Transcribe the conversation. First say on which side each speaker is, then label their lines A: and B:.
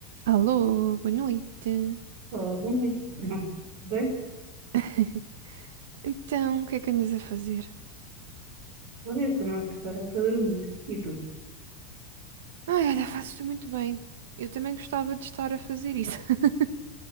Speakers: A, on the right; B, on the right.
A: Alô, boa noite.
B: Ó, dormir. <laughs> Bem,
A: <laughs> Então, o que é que andas a fazer?
B: olha, eu estou-me a preparar para dormir. E tu?
A: Ai, olha, fazes-te muito bem. Eu também gostava de estar a fazer isso. <laughs>